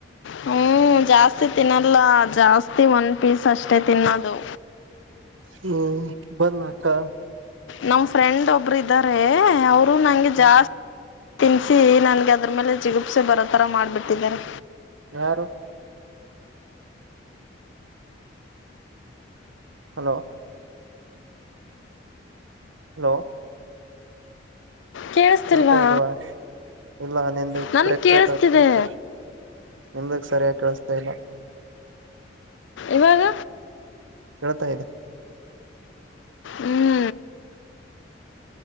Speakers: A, on the left; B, on the right.
A: ಹ್ಮ್ ಜಾಸ್ತಿ ತಿನ್ನಲ್ಲ ಜಾಸ್ತಿ ಒಂದ್ ಪೀಸ್ ಅಷ್ಟೇ ತಿನ್ನೋದು.
B: ಹ್ಮ್ ಬನ್ ಕ
A: ನಮ್ ಫ್ರೆಂಡ್ ಒಬ್ರು ಇದ್ದಾರೆ ಅವರು ನಂಗೆ
B: ಹ್ಮ್
A: ಜಾಸ್ತಿ ತಿನ್ಸಿ ನನ್ಗ್ ಅದ್ರ ಮೇಲೆ ಜಿಗುಪ್ಸೆ ಬರೋತರ ಮಾಡ್ಬಿಟ್ಟಿದ್ದಾರೆ.
B: ಯಾರು? ಹಲೋ ಹಲೋ
A: ಕೇಳಿಸ್ತಿಲ್ವಾ
B: ಕೇಳ್ತಾ ಇಲ್ವಾ ಇಲ್ಲ ನಿಂದು
A: ನನ್ಗೆ
B: ಬ್ರೇಕ್
A: ಕೇಳಿಸ್ತಿದೆ
B: ಬ್ರೇಕ್ ಆಗ್ತಾ ಇತ್ತು. ನಿಮ್ದಕ್ ಸರಿಯಾಗಿ ಕೇಳಿಸ್ತಾ ಇಲ್ಲ.
A: ಇವಾಗ?
B: ಕೇಳ್ತಾ ಇದೆ.
A: ಹ್ಮ್